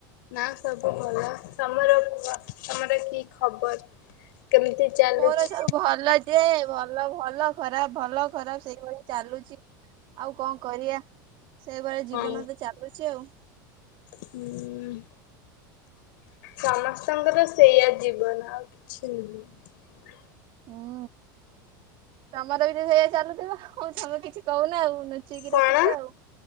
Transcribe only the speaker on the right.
ମୋର ସବୁ ଭଲ ଯେ ଭଲ ଭଲ ଖରାପ ଭଲ ଖରାପ ସେଇଭଳିଆ ଚାଲୁଚି ଆଉ କଣ କରିବା ସେଇଭଳିଆ ଜୀବନ
ତ ଚାଲୁଚି ଆଉ।
ଉଁ ତମର ବି ତ ସେଇଆ ଚାଲୁଥିବ ଆଉ ତମେ କିଛି କହୁନ ଆଉ‌। ଲୁଚେଇକି
ରଖୁଚ ଆଉ।